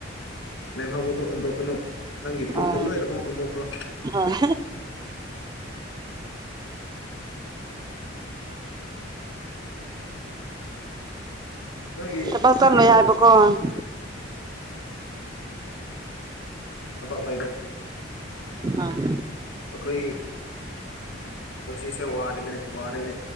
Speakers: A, on the left; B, on the right.
A: ꯂꯦꯝꯍꯥꯕꯨꯗ ꯍꯟꯗꯣꯛ ꯀꯅꯣ ꯅꯪꯒꯤ ꯄꯨꯛꯇ
B: ꯍꯣꯏ
A: ꯂꯣꯏꯅꯃꯛ ꯍꯣꯟꯗꯣꯛꯈ꯭ꯔꯣ
B: ꯍꯣꯏ
A: ꯅꯣꯢꯒꯤ
B: ꯊꯕꯛ
A: ꯅꯣꯢꯒꯤ
B: ꯆꯠꯂꯣꯏ
A: ꯁꯣꯝ
B: ꯍꯥꯏꯕꯀꯣ ꯎꯝ
A: <inaudible>
B: ꯑꯥ
A: ꯑꯩꯈꯣꯏ ꯄꯨꯟꯁꯤꯁꯦ ꯋꯥꯔꯗꯅꯦ ꯋꯥꯔꯅꯦ